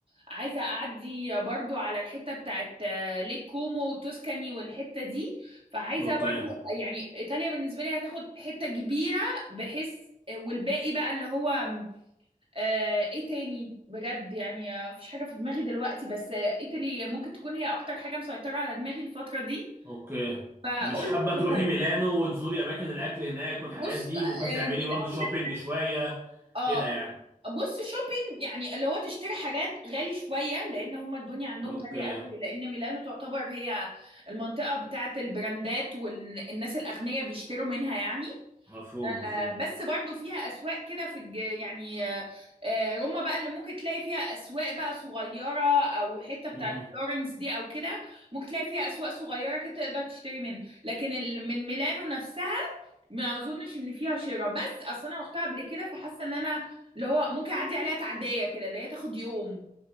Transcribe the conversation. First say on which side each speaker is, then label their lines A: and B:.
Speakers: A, on the right (about 40°); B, on the right (about 15°).
A: عايزة اعدي برضو على الحتة بتاعت آه، ليك كومو وتوسكاني والحتة دي فعايزة
B: اوكي
A: برضو يعني ايطاليا بالنسبة لي هتاخد حتة كبيرة بحيث آه، والباقي بقى اللي هو آم، آه، ايه تاني بجد يعني آه، مفيش حاجة في دماغي دلوقتي بس آه، ايطالي ممكن تكون هي اكتر حاجة مسيطرة على دماغي الفترة دي
B: اوكي
A: فقول
B: مش حابة
A: لي
B: تروحي ميلانو وتزوري اماكن الاكل هناك والحاجات
A: بص
B: دي
A: آه،
B: ممكن تعملي
A: من اللي
B: برضه
A: أنا
B: شوبينج
A: كده كده
B: شوية
A: اه
B: كده يعني
A: بص شوبينج يعني اللي هو تشتري حاجات غالي شويه لان هم الدنيا عندهم
B: اوكي
A: غاليه قوي لان ميلانو تعتبر هي المنطقه بتاعت البراندات والناس الاغنياء بيشتروا منها يعني
B: مفهوم مفهوم
A: آه، بس برضو فيها اسواق كده في الج... يعني آه، آه، روما بقى اللي ممكن تلاقي فيها اسواق بقى صغيره او حته بتاعت
B: مهم.
A: فلورنس دي او كده ممكن تلاقي فيها اسواق صغيره كده تقدر تشتري منها لكن ال... من ميلانو نفسها ما اظنش ان فيها شراء بس اصل انا رحتها قبل كده فحاسه ان انا اللي هو ممكن اعدي عليها تعديه كده اللي هي تاخد يوم